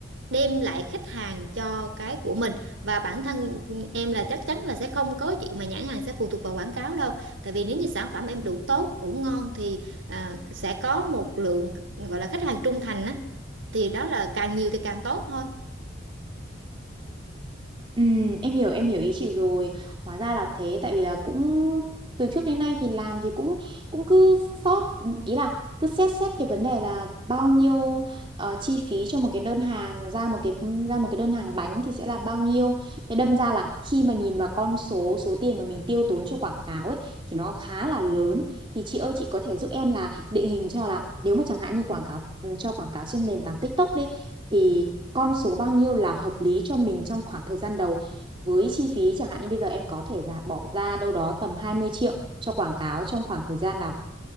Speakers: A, on the right; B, on the right.
A: đem lại khách hàng cho cái của mình và bản thân em là chắc chắn là sẽ không có chuyện mà nhãn hàng sẽ phụ thuộc vào quảng cáo đâu tại vì nếu như sản phẩm em đủ tốt đủ ngon thì à, sẽ có một lượng gọi là khách hàng trung thành á thì đó là càng nhiều thì càng tốt thôi
B: Ừ, em hiểu em hiểu ý chị rồi hóa ra là thế tại vì là cũng từ trước đến nay thì làm thì cũng cũng cứ sót ý là cứ xét xét cái vấn đề là bao nhiêu ờ, chi phí cho một cái đơn hàng ra một cái ra một cái đơn hàng bánh thì sẽ là bao nhiêu thế đâm ra là khi mà nhìn vào con số số tiền mà mình tiêu tốn cho quảng cáo ấy thì nó khá là lớn thì chị ơi chị có thể giúp em là định hình cho là nếu mà chẳng hạn như quảng cáo ừ, cho quảng cáo trên nền tảng TikTok đi thì con số bao nhiêu là hợp lý cho mình trong khoảng thời gian đầu với chi phí chẳng hạn như bây giờ em có thể là bỏ ra đâu đó tầm 20 triệu cho quảng cáo trong khoảng thời gian là